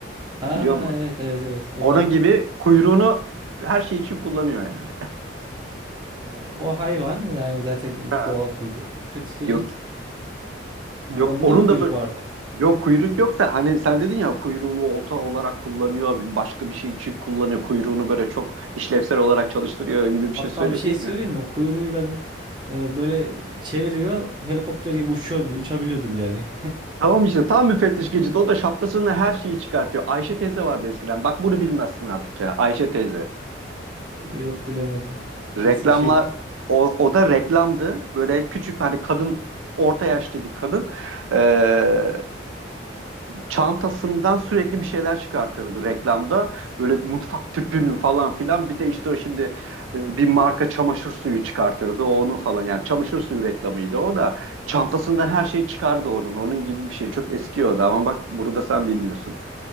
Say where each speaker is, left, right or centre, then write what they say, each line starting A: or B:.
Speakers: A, on the right (about 25°); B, on the right (about 80°).
A: Ha
B: Biliyor musun?
A: evet evet evet. O
B: Onun
A: da
B: gibi kuyruğunu her şey için kullanıyor yani.
A: e, o hayvan yani zaten
B: Ha.
A: doğal kuyruğu. Kötü gecet.
B: Yok yok
A: Ha, onda
B: onun
A: da mı kuyruk
B: da böyle
A: vardı?
B: yok kuyruk yok da hani sen dedin ya kuyruğunu olta olarak kullanıyor bir- başka bir şey için kullanıyor kuyruğunu böyle çok işlevsel olarak çalıştırıyor gibi
A: Hatta
B: bir şey söyledin
A: bir şey söyleyeyim
B: ya.
A: mi? Kuyruğuyla e, böyle çeviriyor. Helikopter gibi uçuyor, bile- uçabiliyordu bile yani.
B: Tamam işte tam müfettiş Gadget o da şapkasını her şeyi çıkartıyor. Ayşe teyze vardı eskiden bak bunu bilmezsin artık ya Ayşe teyze.
A: <laughs> Yok bilemedim. Nasıl
B: Reklamlar
A: bir şeydi
B: o, o da reklamdı. Böyle küçük hani kadın orta yaşlı bir kadın eee, çantasından sürekli bir şeyler çıkartırdı reklamda. Böyle mutfak tüpünü falan filan bir de işte o şimdi e, bir marka çamaşır suyu çıkartırdı onu falan. Yani çamaşır suyu reklamıydı o da. Çantasından her şey çıkardı onun. Onun gibi bir şey çok eski o da ama bak burada sen bilmiyorsun.